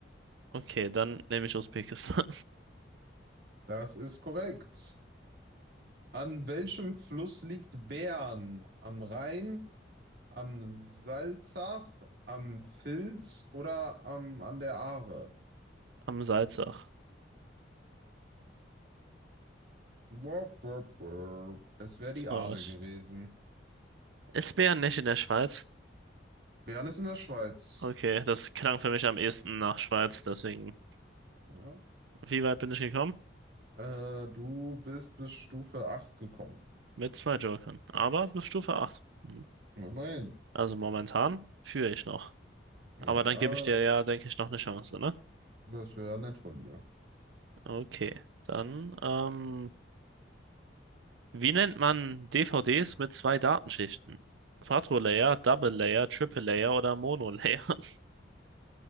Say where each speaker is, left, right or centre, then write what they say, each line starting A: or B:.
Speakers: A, on the right; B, on the right.
A: Okay, dann nehme ich Usbekistan
B: Das ist korrekt. An welchem Fluss liegt Bern? Am Rhein, am Salzach, am Filz oder am, an der Aare?
A: <laughs> am Salzach.
B: Burp, burp, burp. Es wäre
A: Traurig.
B: die Aare gewesen.
A: Ist Bern nicht in der Schweiz?
B: Bern ist in der Schweiz.
A: Okay, das klang für mich am ehesten nach Schweiz, deswegen.
B: Ja.
A: Wie weit bin ich gekommen?
B: Äh, du bist bis Stufe 8 gekommen.
A: Mit zwei Jokern, aber bis Stufe 8. Hm.
B: Immerhin.
A: Also momentan führe ich noch.
B: Ja,
A: Aber dann gebe ich dir
B: dann-
A: ja, denke ich, noch eine Chance, ne?
B: das wäre ja nett von dir.
A: Okay, dann ähm, Wie nennt man DVDs mit zwei Datenschichten? Quadro-Layer, Double-Layer, Triple-Layer oder Mono-Layer? <laughs>